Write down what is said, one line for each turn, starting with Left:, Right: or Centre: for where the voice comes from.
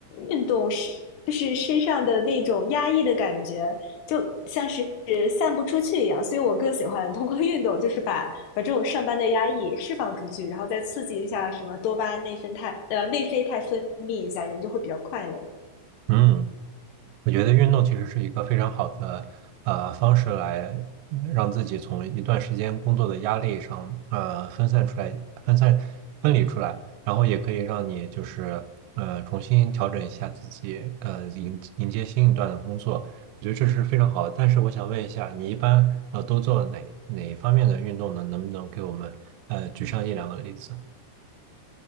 Left: 运动是就是身上的那种压抑的感觉，就像是散不出去一样，所以我更喜欢通过运动，就是把把这种上班的压抑释放出去，然后再刺激一下什么多巴胺、内啡肽呃内啡肽分泌一下，人就会比较快乐。
Right: 嗯。我觉得运动其实是一个非常好的呃方式来让自己从一段时间工作的压力上呃分散出来、分散分离出来，然后也可以让你就是呃重新调整一下自己呃迎迎接新一段的工作，我觉得这是非常好的。但是我想问一下，你一般呃都做哪哪一方面的运动呢？能不能给我们呃举上一两个例子？